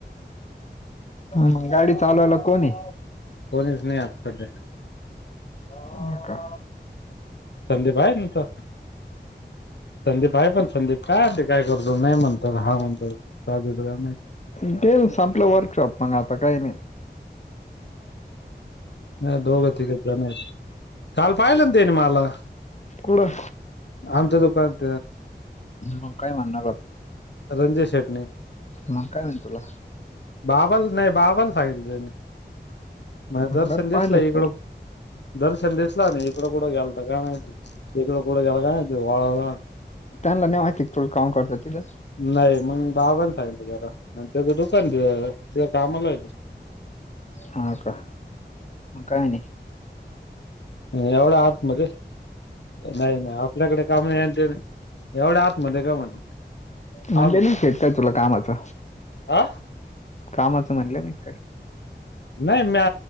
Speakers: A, on the left; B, on the left.
A: म गाडी चालवायला कोण ए?
B: कोणच नाही यार संगट?
A: हो का?
B: संदीप आहे ना तो संदीप आहे पण संदीप काय माहीती काय करतो? नाही म्हणतो का हा म्हणतो बाजूच काय माहित?
A: तुमच्या बरोबर संपलं वर्कशॉप मग आता काय नाही?
B: नाही दोघं तिघे जण आहीत, काल पाहिलं ना तेनी मला!
A: कुटं?
B: आमच् दुकालत
A: मग काय म्हणाला, त्यो
B: रणजेश शेटने
A: मग काय म्हणल तुला?
B: बाबाला नाही बाबाला सांगितले, त्यांनी मला
A: बरं
B: दर्शन दिसला
A: पाहिलंच
B: इकडं
A: पाहिलं
B: दर्शन दिसला नाही, इकडं कुठं गेलता काय माहीती? ईकड कुट गेला काय माहिती वावरात?
A: त्यांना नाही माहिती तुम्ही काम करतात तिथं?
B: नाही मग बाबानं पाहीलत तेला <unintelligible> त्यो कामाला हाय तिथ
A: हा का मग काय आणि?
B: एवढा आत मध्ये नाही नाही आपल्याकडे काम नाही, तर एवढं आत मधे काय म्हण?
A: म्हणले
B: हा म्हण
A: नाहीत काय तुला कामाचं,
B: हा
A: कामाचं म्हणलं नाही काय?
B: नाही म्या